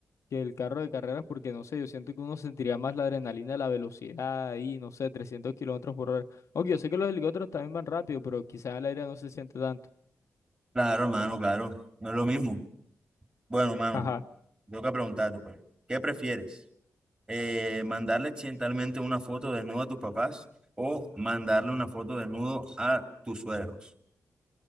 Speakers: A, on the left (about 70°); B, on the right (about 20°).
A: que el carro de carreras, porque no sé, yo siento que uno sentiría más la adrenalina, la velocidad ahí, no sé, 300 kilómetros por hora. Aunque yo sé que los helicópteros también van rápido, pero quizás el aire no se siente tanto.
B: Claro, mano claro, no es lo mismo. Bueno, mano,
A: Ajá.
B: tengo que preguntarte, pues, ¿qué prefieres? Eh, ¿mandarle accidentalmente una foto desnuda a tus papás o mandarle una foto desnudo a tus suegros?